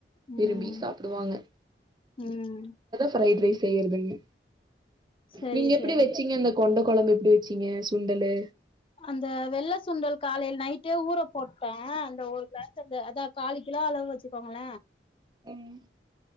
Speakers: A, on the left; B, on the right.
A: ம்
B: விரும்பி சாப்புடுவாங்க
A: ம்
B: ஃப்ரைட் ரைஸ் செய்யறதுன்னு
A: சரி
B: நீங்க எப்டி
A: சரி
B: வெச்சீங்க அந்த கொண்ட கொழம்பு எப்டி வெச்சீங்க சுண்டலு
A: அந்த வெள்ள சுண்டல் காலைல நைட்டே ஊற போட்ட அந்த ஒரு கிளாஸ் அந்த அதா காலுகிலோ அளவு வச்சுக்கோங்கள
B: ம்